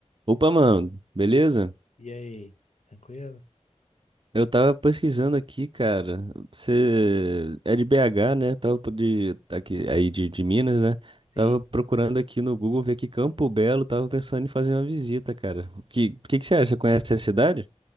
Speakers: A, on the right; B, on the left.
A: Opa, mano, beleza?
B: E aí, tranquilo?
A: Eu tava pesquisando aqui, cara. Você é de BH, né? Tava pro- de aqui aí de, de Minas, né?
B: Sim.
A: Tava procurando aqui no Google ver que Campo Belo, tava pensando em fazer uma visita, cara. Que que que você acha? Você conhece a cidade?